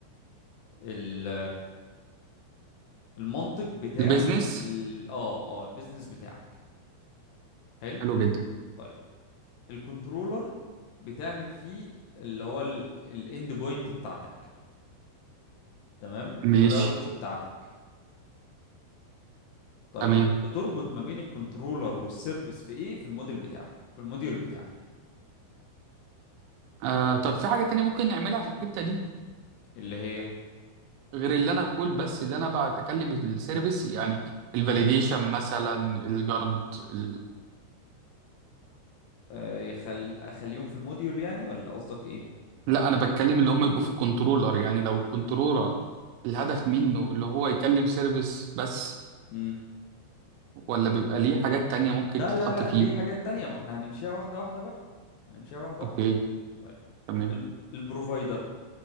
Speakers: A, on the left (about 75°); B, on the right (about 80°).
A: ال المنطق بتاع
B: البيزنس
A: ال اه اه البيزنس بتاعك حلو
B: حلو جدا
A: طيب الكنترولر بتعمل فيه اللي هو الاند بوينت بتاعتك تمام
B: ماشي
A: الراوتس بتاعتك طيب
B: تمام
A: بتربط ما بين الكنترولر والسيرفيس في ايه في الموديل بتاعك في الموديول بتاعك
B: آه طب في حاجه تانية ممكن نعملها في الحته دي
A: اللي هي
B: غير اللي انا اقول بس اللي انا بعد اكلم السيرفيس يعني الفاليديشن مثلا الجارد ال...
A: آه يخل... اخليهم في الموديول يعني ولا قصدك ايه
B: لا انا بتكلم اللي هم يبقوا في الكنترولر يعني لو الكنترولر الهدف منه اللي هو يكلم سيرفيس بس
A: امم
B: ولا بيبقى ليه حاجات تانية ممكن
A: لا
B: تتحط
A: لا لا
B: فيه
A: ليه حاجات تانية ما احنا هنمشيها واحدة واحدة بقى هنمشيها واحدة
B: اوكي
A: واحدة طيب
B: تمام
A: الب... البروفايدر